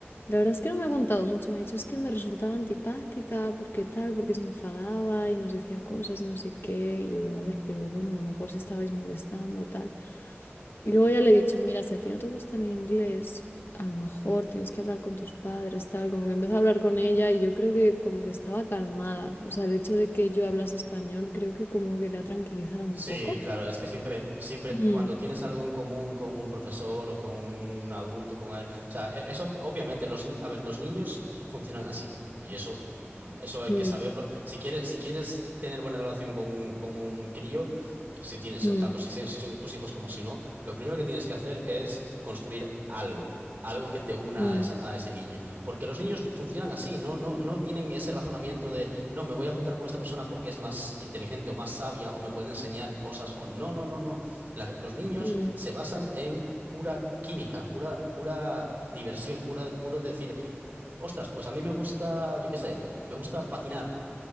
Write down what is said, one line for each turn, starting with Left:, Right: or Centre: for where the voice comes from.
Left: La verdad es que no me ha contado mucho. Me ha dicho, es que me resultaba antipática, porque tal, porque se enfadaba y nos decía cosas y no sé qué. Y yo digo, a ver, pero bueno, a lo mejor si estabais molestando, tal. Y luego ya le he dicho, mira, si a ti no te gusta el inglés, a lo mejor tienes que hablar con tus padres, tal. Como que empecé a hablar con ella y yo creo que como que estaba calmada. O sea, el hecho de que yo hablase español creo que como que le ha tranquilizado un
Right: Sí,
Left: poco.
Right: claro, es que siempre, siempre
Left: Mm,
Right: cuando tienes algo en común con un profesor o con un adulto, con alguien, o sea, e- eso obviamente los, ni- a ver, los niños funcionan así y eso, mm, eso hay
Left: mm.
Right: que saberlo. Si quieres, si quieres tener buena relación con un, con un crío, si tienes,
Left: Mm,
Right: eh, tanto si, se- si son tus hijos como si no, lo primero que tienes que hacer es construir algo, algo que te una
Left: mm,
Right: a, esa- a ese niño. Porque los niños funcionan así, no, no, no tienen ese razonamiento de no, me voy a juntar con esta persona porque es más inteligente o más sabia o me puede enseñar cosas o no, no, no, no. La- los niños
Left: mm,
Right: se basan en pura química, pura, pura diversión, pura, puro decir, ostras, pues a mí me gusta, yo qué sé, me gusta patinar.